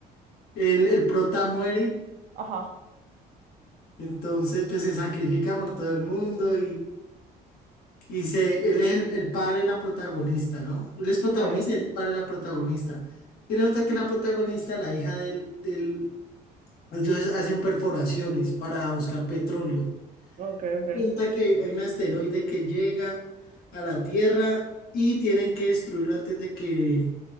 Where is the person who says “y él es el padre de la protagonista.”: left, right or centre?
Left